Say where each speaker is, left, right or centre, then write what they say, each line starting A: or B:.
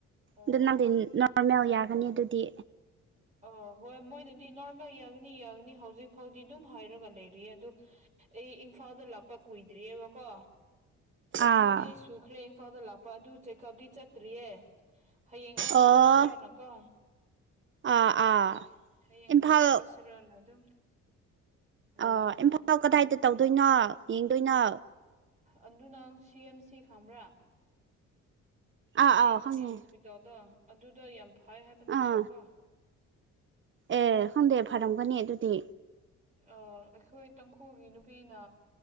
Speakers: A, on the right (about 25°); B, on the right (about 40°).
A: ꯑꯣ
B: ꯑꯗꯨꯅꯗ ꯅ ꯃꯦ ꯌꯥꯔ ꯍꯅꯤ ꯗꯨꯗꯤ
A: ꯑ ꯍꯣꯏ ꯃꯣꯏꯅꯗꯤ ꯅꯣꯔꯃꯦꯜ ꯌꯥꯒꯅꯤ ꯌꯥꯒꯅꯤ ꯍꯧꯖꯤꯛ ꯐꯥꯎꯗꯤ ꯑꯗꯨꯝ ꯍꯥꯏꯔꯒ ꯂꯩꯔꯤ ꯑꯗꯨ ꯑꯩ ꯏꯝꯐꯥꯜꯗ ꯂꯥꯛꯄ ꯀꯨꯏꯗ꯭ꯔꯤꯑꯕꯀꯣ
B: ꯑꯥ
A: ꯇꯨ ꯗꯦꯖ ꯁꯨꯈ꯭ꯔꯦ ꯏꯝꯐꯥꯜꯗ ꯂꯥꯛꯄ ꯑꯗꯨ ꯆꯦꯛꯀꯞꯇꯤ ꯆꯠꯇ꯭ꯔꯤꯌꯦ ꯍꯌꯦꯡ ꯑꯣꯏꯅ
B: ꯑꯣ
A: ꯆꯠꯁꯤꯔꯅꯀꯣ
B: ꯑꯥ ꯑꯥ
A: ꯍ ꯍꯌꯦꯡ
B: ꯏꯝꯐꯥꯜ
A: ꯑꯣꯏꯅ ꯆꯠꯁꯤꯔꯣꯅ ꯑꯗꯨꯝ ꯂꯩꯅꯦ
B: ꯑꯣ ꯏꯝꯐꯥ ꯀꯗꯥꯏ ꯗꯠ ꯇꯧꯗꯣꯏꯅꯣ ꯌꯦꯡꯗꯣꯏꯅꯣ
A: ꯑꯗꯨ ꯅꯪ ꯁꯤ ꯑꯦꯝ ꯁꯤ ꯈꯪꯕ꯭ꯔꯥ
B: ꯑꯥ
A: ꯁꯤ
B: ꯑꯥ
A: ꯑꯦꯝ
B: ꯈꯪꯉꯦ
A: ꯁꯤ ꯍꯣꯁꯄꯤꯇꯥꯜꯗꯣ ꯑꯗꯨꯗ ꯌꯥꯝ ꯐꯥꯏ ꯍꯥꯏꯕ ꯅꯠꯇ꯭ꯔꯣ
B: ꯑꯥ
A: ꯀꯣ
B: ꯑꯦ ꯍꯟꯗꯦ ꯐꯔꯝꯒꯅꯤ ꯑꯗꯨꯗꯤ
A: ꯑ ꯑꯩꯈꯣꯏ ꯇꯥꯡꯈꯨꯜꯒꯤ ꯅꯨꯄꯤꯅ